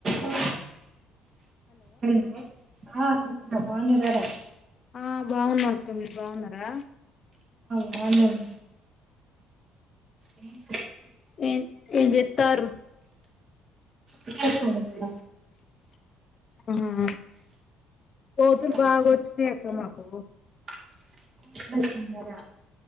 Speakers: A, on the right; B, on the left.
A: ఉ hello ఆ చైత్ర బాగున్నారా రా
B: ఆ బాగున్నారు అక్క మీరు బాగున్నారా
A: బాగున్నారు హలో
B: ఏం ఏం చెతారు
A: ఏం చేస్తారు అక్క
B: ఆ కోతులు
A: వస్తాను
B: బాగా వచ్చినాయి అక్క నాకు
A: <unintelligible> చిన్నర